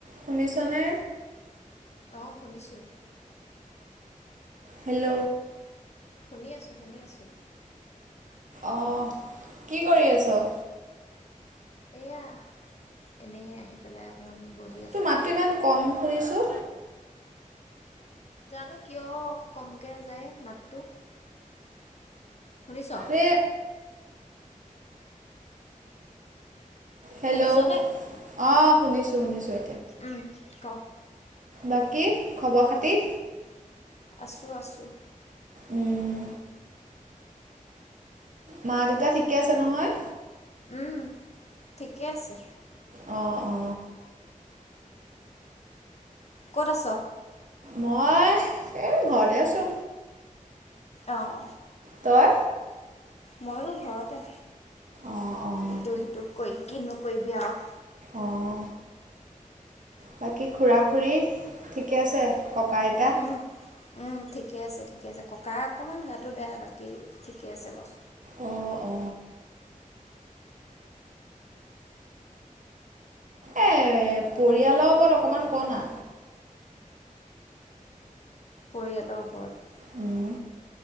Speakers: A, on the right; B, on the left.
A: শুনিছ নে?
B: অহ শুনিছো।
A: হেল্ল'।
B: শুনি আছো শুনি আছো।
A: অহ, কি কৰি আছ।
B: এইয়া এনেই আহি পেলাই অকণমান বহি
A: তোৰ
B: আছোঁ।
A: মাতটো ইমান কম শুনিছোঁ।
B: জানো কিয়? কমকে যায় মাতটো। শুনিছ।
A: তে। হেল্ল',
B: শুনিছনে?
A: অ, শুনিছো, শুনিছো
B: উম ক।
A: বাকী খবৰ খাতি।
B: আছোঁ, আছোঁ।
A: উম, মা -দেউতা ঠিকে আছে নহয়।
B: উম ঠিকে আছে।
A: অ, অ।
B: ক'ত আছ।
A: মই এ ঘৰতে আছো।
B: অহ।
A: তই।
B: মইয়ো ঘৰতে,
A: অঁ অঁ
B: ইটো- সিটো কৰি কিনো কৰিবি আৰু।
A: অহ। বাকী খুৰা -খুৰী ঠিকে আছে ককা -আইতা।
B: উম, উম ঠিকে আছে, ঠিকে আছে, ককাৰ অকণমান গাটো বেয়া বাকী ঠিকে আছে বাৰু।
A: অ, অ এ পৰিয়ালৰ ওপৰত অকমান ক না।
B: পৰিয়ালৰ ওপৰত।
A: উম।